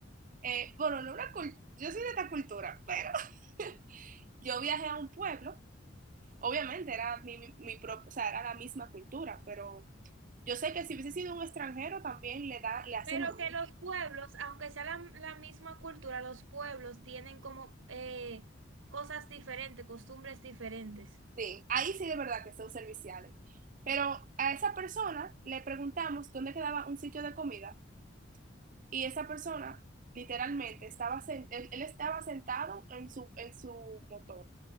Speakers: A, on the right; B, on the right.
A: Eh, bueno, no una cul- yo soy de esta cultura, pero <laughs> yo viajé a un pueblo. Obviamente era mi, mi, mi pro- o sea, era la misma cultura, pero yo sé que si hubiese sido un extranjero también le da, le hacen
B: Pero
A: lo
B: que los pueblos, aunque sea la, la misma cultura, los pueblos tienen como eh, cosas diferentes, costumbres diferentes.
A: Sí, ahí sí de verdad que son serviciales. Pero a esa persona le preguntamos dónde quedaba un sitio de comida y esa persona literalmente estaba, sen- él, él estaba sentado en su, en su motor